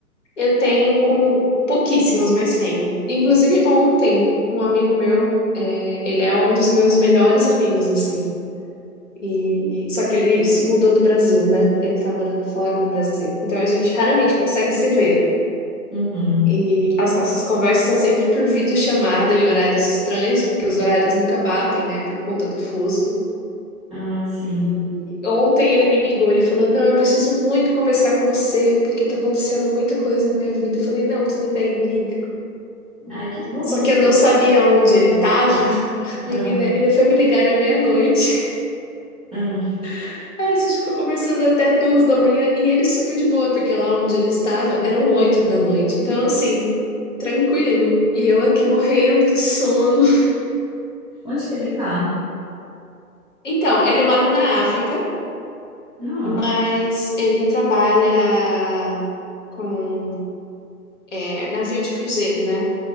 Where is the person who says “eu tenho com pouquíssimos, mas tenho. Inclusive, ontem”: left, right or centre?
Left